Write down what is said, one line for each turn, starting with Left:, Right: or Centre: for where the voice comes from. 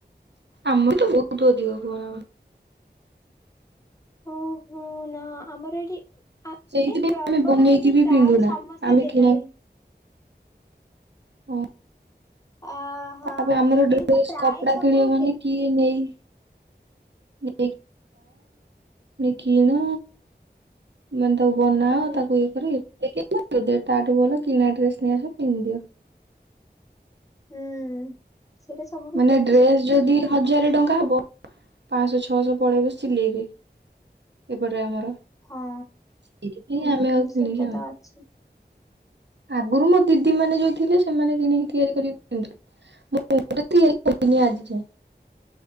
Right: ଆମେ ତ ବହୁତ ଅଧିକ ଭନା
Left: ଓ ହୋ ନା ଆମର ଏଠି
Right: ସେଇଥିପାଇଁ
Left: ଏ ପ୍ରବଳ
Right: ଆମେ ବନେଇକି
Left: ଏଠି
Right: ବି
Left: ପ୍ରାୟ
Right: ପିନ୍ଧୁନା
Left: ସମସ୍ତେ
Right: ଆମେ
Left: ଟେଲରିଂ
Right: କିଣା ହଁ
Left: ଅ ହଁ।
Right: ତାପରେ ଆମର ଡ୍ରେସ
Left: ଏଠି ତ ପ୍ରାୟ
Right: କପଡା
Left: ସବୁ
Right: କିଣିବା ମାନେ
Left: ଟେଲ
Right: କିଏ ନେଇ ନି କିଣ ମ ତାକୁ ବନାଅ
Left: ହୁଁ
Right: ତାକୁ ଇଏ କର ଏତେ ଦେ ଟାଟୁ ଭଲ କିଣା ଡ୍ରେସ ନେଇଆ ଆସ ପିନ୍ଧିଦିଅ
Left: ହୁଁ ସେଇଟା ସବୁଠୁ
Right: ମାନେ
Left: ବେଷ୍ଟ
Right: ଡ୍ରେସ୍ ଯଦି ହଜାରେ ଟଙ୍କା ହବ ପାଁଶ ଛଅଶ ପଳେଇବ ସିଲେଇରେ ଏପଟେ ଆମର।
Left: ହଁ
Right: ସେଇଥିପାଇଁ
Left: ହୁଁ
Right: ଆମେ ଆଉ
Left: ସେଟା
Right: କିଣିକି
Left: ତ
Right: ଆଣୁ
Left: ଅଛି।
Right: ଆଗୁରୁ ମୋ ଦିଦି ମାନେ ଯୋଉ ଥିଲେ ସେମାନେ କିଣିକି ତିଆରି କରି କିନ୍ତୁ ମୁଁ <unintelligible> ଆଜିଠୁ।